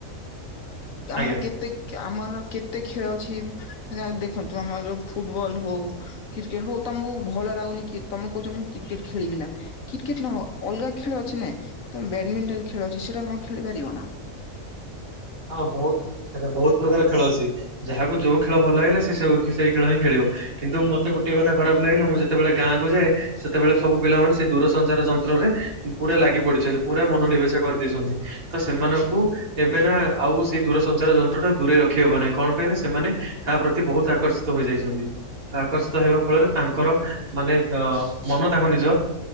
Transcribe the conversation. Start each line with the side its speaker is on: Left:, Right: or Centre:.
Left: ତମର
Right: ଆଜ୍ଞା।
Left: କେତେ ଆମର କେତେ ଖେଳ ଅଛି ଦେଖନ୍ତୁ ଆମର ଫୁଟବଲ ହଉ କ୍ରିକେଟ ହଉ ତ ଆମକୁ ଭଲ ଲାଗୁନି କି ତମେ କହୁଚ ମୁଁ କ୍ରିକେଟ ଖେଳିବି ନା କ୍ରିକେଟ ନହ ଅଲଗା ଖେଳ ଅଛି ନାଇ ତମ ବ୍ୟାଡମିଣ୍ଟନ ଖେଳ ଅଛି ସେଟା କଣ ଖେଳିପାରିବ ନା?
Right: ହଁ ବୋହୁତ ଆଜ୍ଞା ବୋହୁତ ପ୍ରକାର ଖେଳ ଅଛି। ଯାହାକୁ ଯୋଉ ଖେଳ ଭଲ ଲାଗିଲା ସେ ସେଇ ଖେଳ ହିଁ ଖେଳିବ କିନ୍ତୁ ମତେ ଗୋଟେ କଥା ଖରାପ ଲାଗିଲା ମୁଁ ଯେତେବେଳେ ଗାଁ କୁ ଯାଏ ସେତବେଳେ ସବୁ ପିଲାମାନେ ସେଦୂରସଞ୍ଚାର କ୍ଷେତ୍ର ରେ ପୁରା ଲାଗି ପଡିଛନ୍ତି, ପୁରା ମନୋନିବେଶ କରିଦେଇଛନ୍ତି ତ ସେମାନଙ୍କୁ ଏବେ ନା ଆଉ ସେଇ ଦୂରସଞ୍ଚାର ଯନ୍ତ୍ର ଟା ଦୂରେଇ ରଖି ହବ ନାଇଁ କଣ ପାଇଁ ନା ସେମାନେ ତା ପ୍ରତି ବୋହୁତ ଆକର୍ଷିତ ହୋଇଯାଇଛନ୍ତି ଆକର୍ଷିତ ହେବା ଫଳରେ ତାଙ୍କର ମାନେ ଅ ମ ତାଙ୍କ ନିଜ